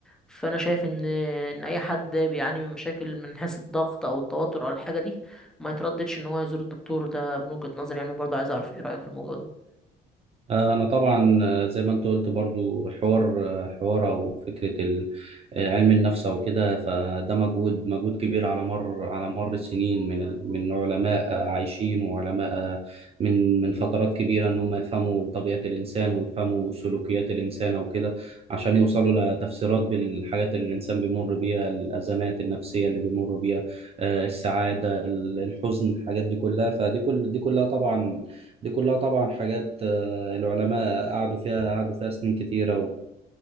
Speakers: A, in the centre; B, on the right (about 35°).
A: فأنا شايف إن إن أي حد بيعاني من مشاكل من حيث الضغط أو التوتر أو الحاجة دي ما يترددش إن هو يزور الدكتور ده من وجهة نظري يعني برضه عايز أعرف إيه رأيك في الموضوع ده
B: أنا طبعا آه، زي ما أنت قلت برضو حوار آه، حوار أو فكرة ال- آه، علم النفس أو كده فده مجهود مجهود كبير على مر على مر السنين من ال- من علماء آه، عايشين وعلماء آه، من من فترات كبيرة إن هم يفهموا طبيعة الإنسان ويفهموا سلوكيات الإنسان أو كده عشان يوصلوا لتفسيرات بالحاجات اللي الإنسان بيمر بيها الأزمات النفسية اللي بيمر بيها آه، السعادة ال- الحزن الحاجات دي كلها فدي كل دي كلها طبعا دي كلها طبعا حاجات آه، العلماء قعدوا فيها قعدوا فيها سنين كتيرة